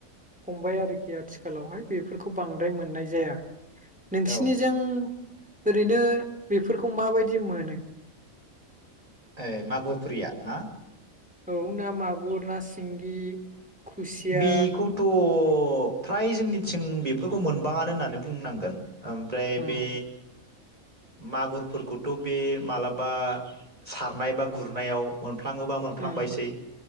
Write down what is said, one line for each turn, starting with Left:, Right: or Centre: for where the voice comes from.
Centre: हमबाय आरोखि आथिखालावहाय बेफोरखौ बांद्राय मोननाय जाया। नोंसिनिजों
Right: औ
Centre: ओरैनो बेफोरखौ माबायदि मोनो?
Right: ओ मागुरफुरिया ना?
Centre: औ ना मागुर ना सिंगि खुसिया
Right: बिखौ थ' थ फ्राय जोंनिथिं बेफोरखौ मोनबाङानो होननानै बुंनांगोन। ओमफ्राय
Centre: उम
Right: बे मागुरफोरखौथ' बे मालाबा सारनाय बा गुरनायाव मोन मोनफ्लाङोबा मोनफ्लांबायसै
Centre: उम